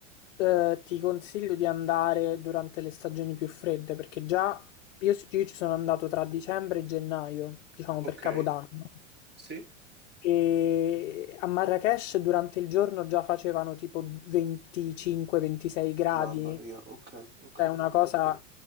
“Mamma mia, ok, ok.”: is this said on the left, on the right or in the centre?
Right